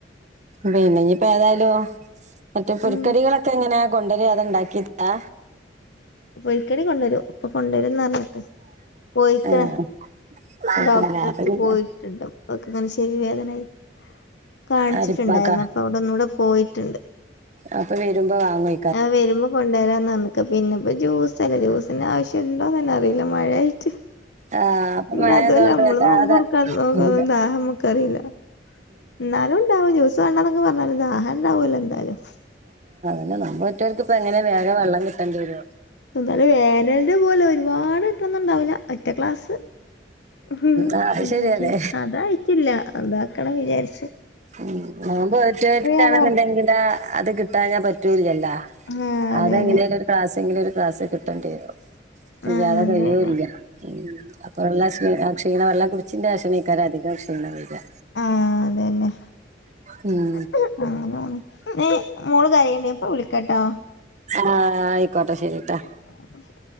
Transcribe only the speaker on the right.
പിന്നെപ്പോ ഏതായാലും മറ്റേ പുരിക്കടികളൊക്കെ
ഒക്ക ഇങ്ങനെ കൊണ്ടുവരിയാ അതെ ഉണ്ടാക്കിയിട്ടാ
ആഹ് കൊഴപ്പല്ല
അപ്പൊ പിന്നെ
ആരിപ്പാക്കാ
അപ്പൊ വരുമ്പോ വാങ്ങോ
ആഹ് അപ്പൊ
മഴയായതുകൊണ്ട്
വല്ലാതെ
ഉം
പിന്ന നമ്മ ഒറ്റവർക്ക് ഇപ്പോ എങ്ങനെ വേഗ വെള്ളം കിട്ടണ്ടി വരോ
ആ അത്
ശരിയതെ
ഉം നോമ്പ് നോറ്റോൾക്കാ
ണെന്നുണ്ടെങ്കില് അത് കിട്ടാ ഞാൻ പറ്റൂല്ലല്ലോ
അതെങ്ങനെല
ക്ലാസ്സെങ്കിലും ഒരു ക്ലാസ് കിട്ടണ്ട
അല്ലാതെ
കഴിയുല്ല
ഉം അപ്പൊ വള്ള ക്ഷീ ക്ഷീണ വെള്ളം കുടിച്ചിന്റെ ശേക്കാരെ അധികം ക്ഷീണം വരാ
ഉം
ആഹ് ആയിക്കോട്ടാ ശരിട്ടാ